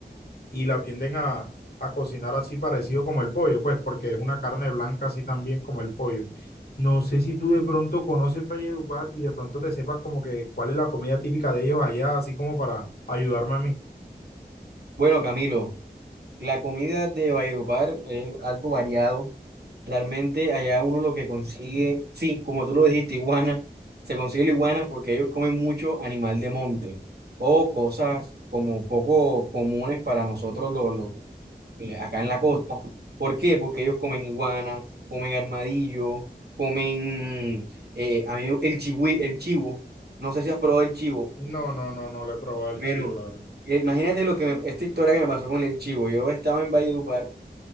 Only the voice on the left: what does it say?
y la tienden a, a cocinar así parecido como el pollo, pues porque es una carne blanca así también como el pollo. No sé si tú de pronto conoces Valledupar y de pronto te sepas como que cuál es la comida típica de ellos allá, así como para ayudarme a mí.
No, no, no, no le he probado el
chivo, la verdad.